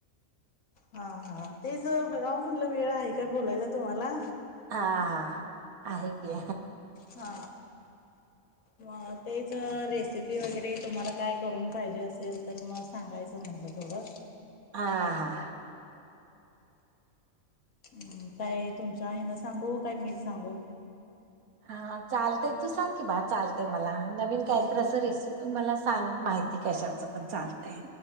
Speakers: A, on the left; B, on the right.
A: हा हा तेच बघाव म्हटलं वेळ आहे काय बोलायला तुम्हाला
B: हा हा ह आहे की
A: हा मग तेच रेसिपी वगैरे तुम्हाला काय करून पाहिजे असेल तर मग सांगायचं म्हटलं थोडं
B: हा हा
A: हम् काय तुमच्या हन सांगू काय मीच सांगू
B: हा चालतय तू सांग की बा चालतय मला नवीन काहीत
A: मी
B: अस रेसिपी मला सांग माहिती कशाच पण चालतय